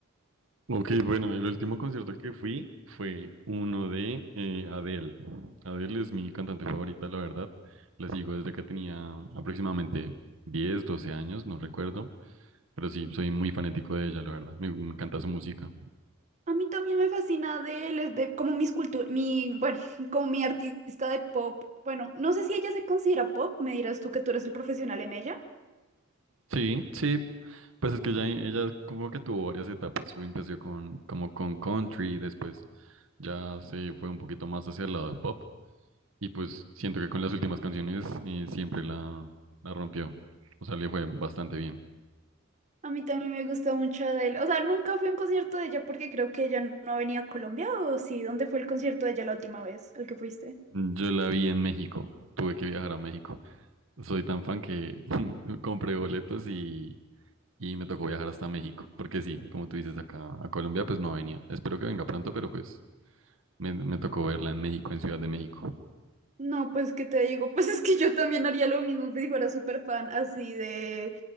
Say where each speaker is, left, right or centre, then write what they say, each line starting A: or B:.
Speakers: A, on the right (about 75°); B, on the right (about 35°).
A: Ok, bueno, el último concierto que fui fue uno de eh, Adele. Adele es mi cantante favorita, la verdad. La sigo desde que tenía aproximadamente 10, 12 años, no recuerdo. Pero sí, soy muy fanático de ella, la verdad. Me, me encanta su música.
B: A mí también me fascina de les de como mis cultu- mi, bueno, <laughs> como mi artista de pop. Bueno, no sé si ella se considera pop, me dirás tú que tú eres el profesional en ella.
A: Sí, sí. Pues es que ella, ella como que tuvo varias etapas. Fue- Empezó con, como con country, después ya se fue un poquito más hacia el lado de pop. Y pues siento que con las últimas canciones eh, siempre la, la rompió. O sea, le fue bastante bien.
B: A mí también me gusta mucho Adele. O sea, nunca fui a un concierto de ella porque creo que ella no venía a Colombia, ¿o sí? ¿Dónde fue el concierto de ella la última vez al que fuiste?
A: Yo la vi en México. Tuve que viajar a México. Soy tan fan que <laughs> compré boletos y, y me tocó viajar hasta México. Porque sí, como tú dices, acá a Colombia pues no ha venido. Espero que venga pronto, pero pues me, me tocó verla en México, en Ciudad de México.
B: No, pues, ¿qué te digo? <laughs> Pues es que yo también haría lo mismo si fuera súper fan así de,